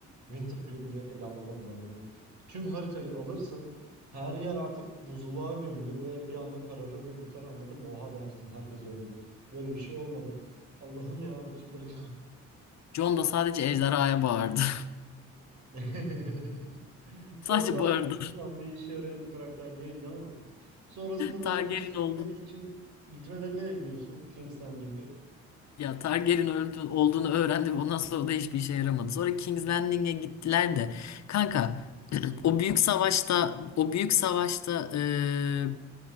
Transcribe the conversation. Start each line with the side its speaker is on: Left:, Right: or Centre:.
Right: Winterfell'i bile ele alamadılar yani. Tüm haritayı alırsın her yer artık buzluğa gömülür ve bir anda kararır ve biter anladın mı? Oha dersin herkes öldü. Böyle bir şey olmadı. Allah'ım ya çıldıracağım.
Left: Jon da sadece ejderhaya bağırdı. <laughs>
Right: <laughs>
Left: Sadece
Right: John zaten
Left: bağırdı.
Right: hiçbir zaman bir işe yarayan bir karakter değildi ama sonrasında
Left: Targaryen
Right: da Cersei gelmediği
Left: olduğunu
Right: için gitmelerine ne diyorsun King's Landing'e?
Left: ya Targaryen öldü, olduğunu öğrendi ve ondan sonra da hiçbir işe yaramadı. Sonra King's Landing'e gittiler de kanka <clears throat> o büyük savaşta o büyük savaşta eee,